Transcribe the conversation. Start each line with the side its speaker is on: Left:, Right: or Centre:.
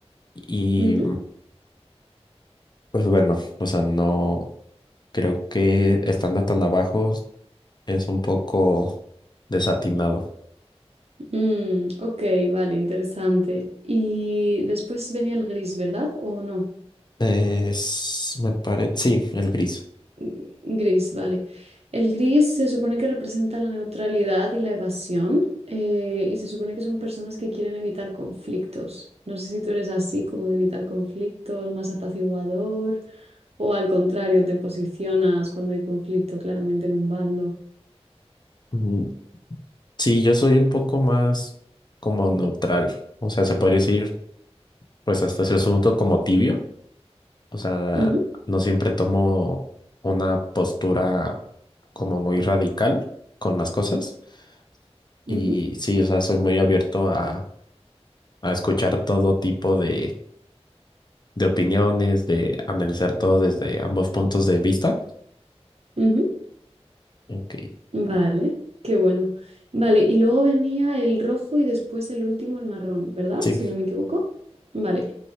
Left: y
Right: ujú.
Left: pues bueno, o sea, no creo que estando tan abajo es un poco desatinado.
Right: Mm, ok, vale, interesante. Y después venía el gris, ¿verdad? ¿O no?
Left: Es, me parece, sí, el gris.
Right: Mm, Gris, vale. El gris se supone que representa la neutralidad y la evasión, eh, y se supone que son personas que quieren evitar conflictos. No sé si tú eres así, como de evitar conflictos, más apaciguador. o al contrario, te posicionas cuando hay conflicto claramente en un bando.
Left: Mm, Sí, yo soy un poco más como neutral, o sea, se podría decir pues hasta cierto punto como tibio O sea,
Right: Ujú,
Left: no siempre tomo una postura como muy radical con las cosas. Y
Right: ujú,
Left: sí, o sea, soy muy abierto a, a escuchar todo tipo de, de opiniones, de analizar todo desde ambos puntos de vista.
Right: ujú.
Left: Ok,
Right: Vale, qué bueno. Vale, y luego venía el rojo y después el último, el marrón, ¿verdad?
Left: sí.
Right: Si no me equivoco. Vale,